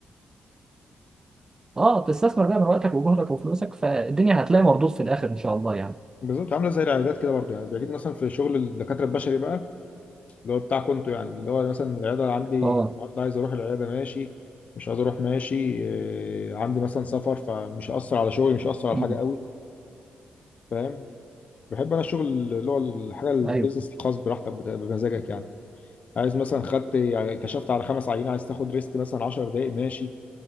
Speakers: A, on the right (about 20°); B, on the left (about 45°).
A: اه تستثمر بقى من وقتك وجهدك وفلوسك فالدنيا هتلاقي مردود في الاخر ان شاء الله يعني
B: بالظبط عامله زي العيادات كده برضو يعني بيجيب مثلا في شغل الدكاتره البشري بقى اللي هو بتاع كنتو يعني اللي هو مثلا العياده عندي
A: اه
B: النهارده عايز اروح العياده ماشي مش عايز اروح ماشي آه، عندي مثلا سفر فمش هيأثر على شغلي مش هيأثر على
A: امم
B: حاجه قوي فاهم بحب انا الشغل اللي هو الحاجه البيزنس
A: ايوه
B: الخاص براحتك بت- بمزاجك يعني عايز مثلا خدت يعني كشفت على خمس عينين عايز تاخد ريست مثلا 10 دقائق ماشي